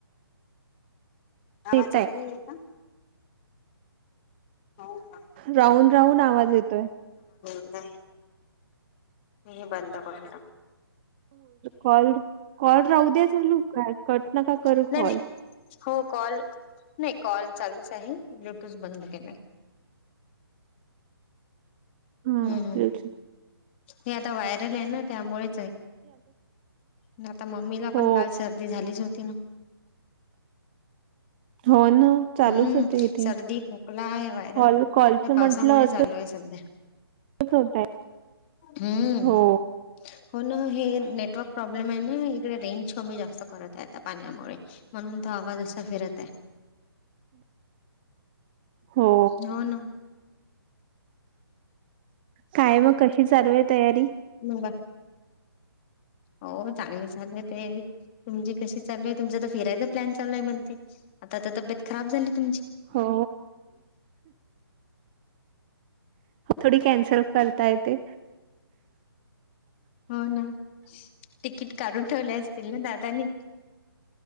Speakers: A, on the left; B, on the right.
A: आवाज
B: येतय
A: स आहे का हो का
B: राहून राहून आवाज येतोय
A: नाहीय मी हे बंद पडून
B: कॉल कॉल राहू द्या चालू कट नका करू
A: नाही
B: कॉल
A: नाही हो कॉल नाही कॉल चालूच आहे ब्लुटूथ बंद केले
B: हा
A: हम्म हम् हे आता व्हायरल आहे ना त्यामुळेच आहे आता मम्मीला
B: हो
A: पण काल सर्दी झालीच होती ना
B: हो ना चालूच
A: हम्म
B: होते इथे
A: सर्दी खोकला आहे वायरल
B: कॉल कॉलच
A: हे
B: म्हंटलं
A: पावसामुळे
B: असंच
A: चालू आहे सध्या
B: होतय
A: हम्
B: हो
A: हो ना हे नेटवर् प्रॉब्लेम प्रॉब्लेम आहे ना इकडे रेंज कमी जास्त करत आहे आता पाण्यामुळे म्हणून तो आवाज असा फिरत आहे
B: हो
A: न ना
B: काय मग कशी चालू आहे तयारी
A: ब हो चांगले ले ते. तुमची कशी चालू आहे तुमचा तर फिरायचा प्लन चालू आहे म्हणते आता तर तब्येत खराब झाली तुमची..
B: हो. थोडी कॅन्सल करताय ते.
A: हो ना तिकीट काढून ठेवले असतील ना दादानी..